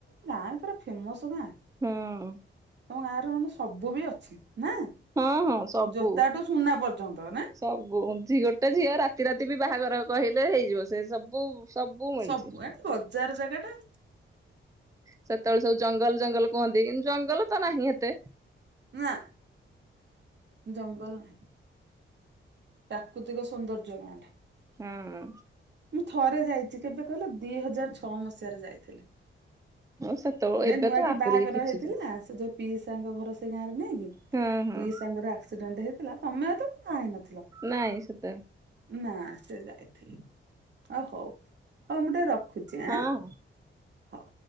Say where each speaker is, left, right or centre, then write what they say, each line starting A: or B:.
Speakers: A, on the right; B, on the right.
A: ଗାଁ ପୁରା ଫେମସ୍ ଗାଁ। ତମ
B: ହଁ
A: ଗାଁରେ ମାନେ ସବୁ ବି ଅଛି ନା
B: ହଁ ହଁ ସବୁ।
A: ଜୋତାଠୁ ସୁନା ପର୍ଯ୍ୟନ୍ତ ନା।
B: ସବୁ ଗୋଟେ ଝିଅ ରାତି-ରାତି ବି ବାହାଘର କହିଲେ ହେଇଯିବ ସେ ସବୁ। ସବୁ ମିଳୁଛି।
A: ସବୁ <unintelligible> ବଜାର ଜାଗା ଟା।
B: ସେତବେଳେ ସବୁ ଜଙ୍ଗଲ-ଜଙ୍ଗଲ କୁହନ୍ତି କିନ୍ତୁ ଜଙ୍ଗଲ ତ ନାହିଁ ଏତେ।
A: ନା ଜଙ୍ଗଲ ନାହିଁ। ପ୍ରାକୃତିକ ସୌନ୍ଦର୍ଯ୍ୟ ଗାଁ ଟା।
B: ହଁ।
A: ମୁଁ ଥରେ ଯାଇଛି କେବେ କହିଲ ଦି ହଜାର ଛଅ ମସିହାରେ ଯାଇଥିଲି।
B: <inaudible>
A: ହେ ନୂଆ
B: ତ
A: କି
B: ଆହୁରି
A: ବାହାଘର
B: କିଛି
A: ହେଇଥିଲା
B: ଯେ
A: ସେ ଯୋଉ ପିଇସାଙ୍କ ଘର ସେଇ ଗାଁ ରେ ନେଇକି
B: ହଁ ହଁ।
A: ପିଇସାଙ୍କର ଆକ୍ସିଡେଣ୍ଟ ହେଇଥିଲା ତମେ ତ ବାହା ହେଇ ନଥିଲ।
B: ନାଇଁ ସେତବେଳେ।
A: ନା ସେ ଯାଇଥିଲେ ଓ ହଉ ହଉ ମୁଁ ଟିକେ ରଖୁଚି
B: ହଁ
A: ଆଁ।
B: ହଁ।
A: ହଉ।